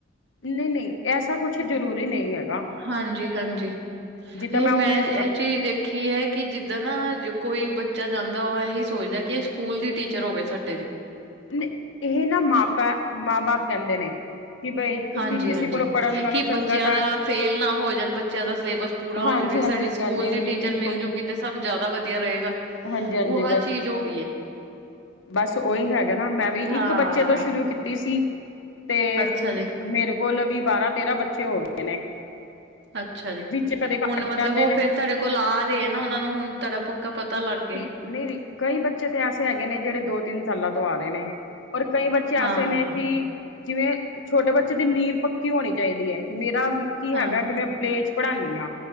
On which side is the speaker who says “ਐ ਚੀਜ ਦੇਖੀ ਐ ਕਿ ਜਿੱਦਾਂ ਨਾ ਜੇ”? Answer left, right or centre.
Right